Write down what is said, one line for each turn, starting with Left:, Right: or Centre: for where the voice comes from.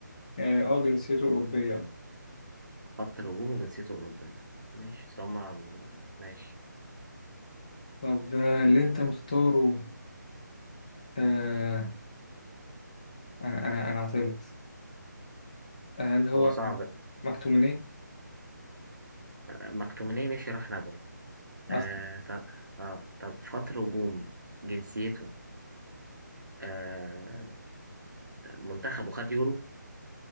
Left: اه آه، جنسيته أوروبية
Right: خط الهجوم وجنسيته اوروبيه ماشي اصل هما ماشي
Left: طب آه اللي انت مختاره آه انا انا انا عطلت هل هو
Right: هو صعب
Left: مكتوميني؟
Right: آه، مكتوميني مشي راح نابولي
Left: اصلا
Right: آه طب اه طب خط الهجوم جنسيته آه منتخبه خد يورو